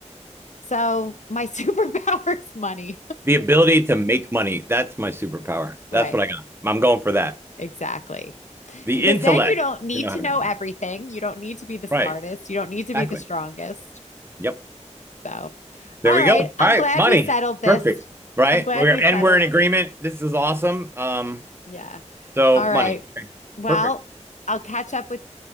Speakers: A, on the left; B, on the right.
A: So my <laughs> superpower is money.
B: The ability to make money. That's my superpower.
A: <laughs>
B: That's
A: right.
B: what I got. I'm going for that.
A: Exactly.
B: The
A: Because
B: intellect
A: then you don't need
B: to know
A: to
B: how to
A: know
B: make
A: everything.
B: money.
A: You don't need to be the smartest.
B: Right.
A: You don't need to
B: Exactly.
A: be the strongest.
B: Yep.
A: So,
B: There
A: all
B: we
A: right.
B: go. All
A: I'm
B: right.
A: glad
B: Money.
A: we settled this.
B: Perfect. Right.
A: I'm glad
B: We're,
A: we
B: and
A: settled
B: we're in agreement.
A: this.
B: This is awesome. Um,
A: Yeah.
B: so
A: All
B: money.
A: right.
B: Okay.
A: Well,
B: Perfect.
A: I'll catch up